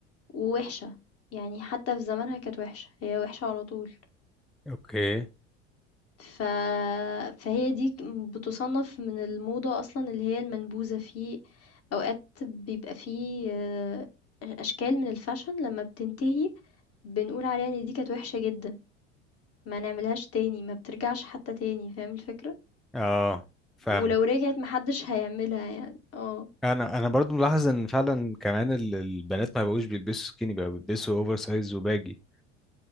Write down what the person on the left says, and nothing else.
ووِحشة، يعني حتى في زمانها كانت وِحشة، هي وِحشة على طول.
ف فهي دي ك بتُصنّف من الموضة أصلًا اللي هي المنبوذة، في أوقات بيبقى في آآ أشكال من الfashion لمّا بتنتهي بنقول عليها إن دي كانت وِحشة جدًا، ما نعملهاش تاني، ما بترجعش حتى تاني، فاهم الفكرة؟
ولو رجعت ما حدش هيعملها يعني، آه.